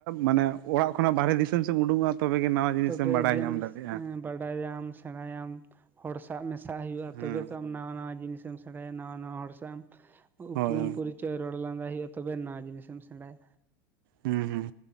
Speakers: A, on the right; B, on the right.
A: ᱢᱟᱱᱮ ᱚᱲᱟᱜ ᱠᱷᱚᱱᱟᱜ ᱵᱟᱨᱦᱮ ᱫᱤᱥᱚᱢ ᱥᱮᱫ ᱩᱰᱩᱠᱚᱜᱼᱟ ᱛᱚᱵᱮ ᱱᱟᱣᱟ᱾ ᱡᱤᱱᱤᱥᱮᱢ
B: ᱛᱚᱵᱮ
A: ᱵᱟᱰᱟᱭ
B: ᱡᱮᱢ
A: ᱧᱟᱢ ᱫᱟᱲᱮᱭᱟᱜᱼᱟ
B: ᱵᱟᱰᱟᱭᱟᱢ ᱥᱮᱬᱟᱭᱟᱢ ᱦᱚᱲ ᱥᱟᱶ ᱢᱮᱥᱟᱜ ᱦᱩᱭᱩᱜᱼᱟ
A: ᱦᱮᱸ
B: ᱛᱚᱵᱮ ᱛᱚ ᱟᱢ ᱱᱟᱣᱟ ᱱᱟᱣᱟ ᱡᱤᱱᱤᱥᱢ ᱥᱮᱬᱟᱭᱟ ᱱᱟᱣᱟ ᱱᱟᱣᱟ ᱦᱚᱲ ᱥᱟᱶ ᱮᱢ ᱩᱯᱨᱩᱢ
A: ᱦᱳᱭ
B: ᱯᱚᱨᱤᱪᱚᱭ ᱨᱚᱲ ᱞᱟᱸᱫᱟ ᱦᱩᱭᱩᱜᱼᱟ ᱛᱚᱵᱮ ᱱᱟᱣᱟ ᱡᱤᱱᱤᱥ ᱮᱢ ᱥᱮᱬᱟᱭᱟ᱾
A: ᱦᱩᱸ ᱦᱩᱸ